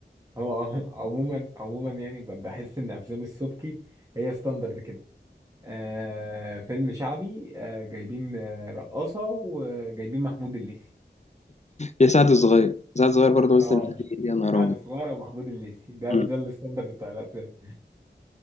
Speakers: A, on the right (about 20°); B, on the left (about 40°).
A: هو <laughs> عموما عموما يعني ب- بحس ان افلام السبكي هي ستاندرد كده آه فيلم شعبي آه جايبين آه رقاصة وجايبين محمود الليثي
B: يا سعد الصغير سعد الصغير برضه مثل
A: اه
B: فيه، يا نهار
A: سعد
B: ابيض
A: صغيرة ومحمود الليثي ده
B: مم.
A: ده الستاندرد بتاع الافلام